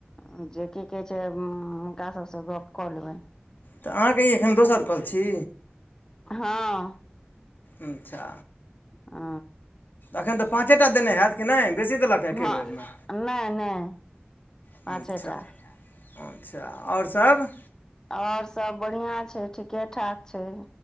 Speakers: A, on the left; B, on the left.
A: अँ जे की कहै छै, हुनका सबसँ गप कऽ लेबनि।
B: तऽ अहाँके ई एखन दोसर कॉल छी।
A: हँ
B: अच्छा
A: आ
B: एखन तऽ पाँचे टा देने हैत कि नहि, बेसी देलकए एक्के
A: हँ
B: बेरमे।
A: नहि नहि
B: अच्छा
A: पाँचेटा।
B: अच्छा अओर सब
A: और सब बढ़ियां छै, ठीके ठाक छै।